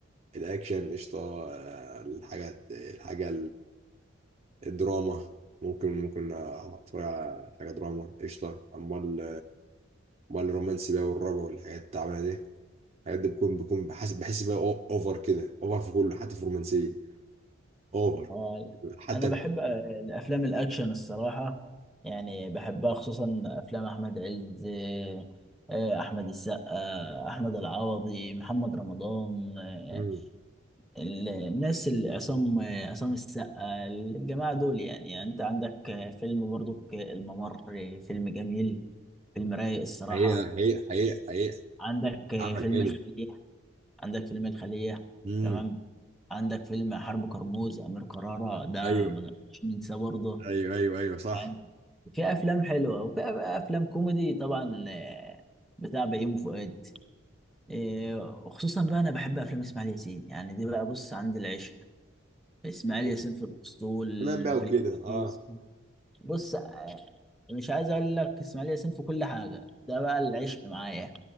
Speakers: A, on the right; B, in the centre.
A: الاكشن قشطة آه، الحاجات الحاجة الدراما ممكن ممكن اتفرج على حاجه دراما قشطه امال امال الرومانسي بقى والرعب والحاجات التعبانه دي الحاجات دي بكون بكون بحس بحس بقى أو- اوفر كده اوفر في كله حتى في الرومانسيه اوفر
B: آه،
A: حتى
B: انا بحب
A: في-
B: آه، الافلام الاكشن الصراحه يعني بحبها خصوصا افلام احمد عز آه، آه، احمد السقا آه، احمد العوضي محمد رمضان آه،
A: مم.
B: ال- الناس اللي عصام آه، عصام السقا الجماعه دول يعني, يعني انت عندك آه، فيلم برضو الممر آه، فيلم جميل فيلم رايق الصراحه
A: حقيقه حقيقه حقيقه حقيقه
B: عندك آه،
A: عمل
B: فيلم
A: حلو
B: الخلية عندك فيلم الخلية
A: امم
B: تمام عندك فيلم حرب كرموز أمير كرارة ده
A: ايوه
B: ما نقدرش ننساه برضه
A: ايوه ايوه ايوه صح
B: يعني في أفلام حلوة وفي أف- أفلام كوميدي طبعا آه، بتاع بيومي فؤاد آه، وخصوصا بقى أنا بحب أفلام إسماعيل ياسين يعني دي بقى بص عند العشق إسماعيل
A: ايوه
B: ياسين في الأسطول
A: تمام بقى
B: في
A: وكده
B: الكيس
A: اه
B: بص يعني مش عايز اقول لك اسماعيل ياسين في كل حاجه ده بقى العشق معايا